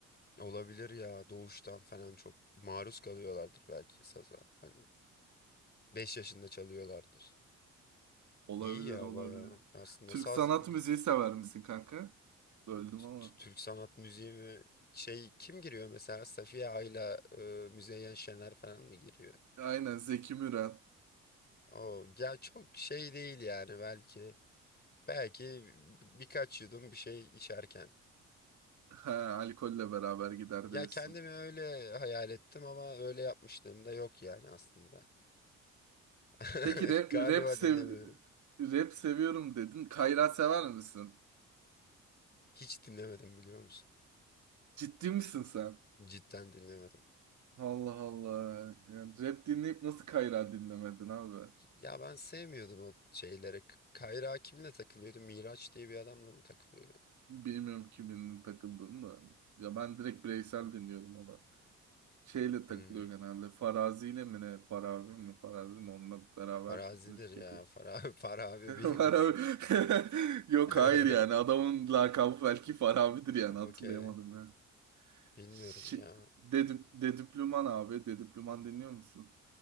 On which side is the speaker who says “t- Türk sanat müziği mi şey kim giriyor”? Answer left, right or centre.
Left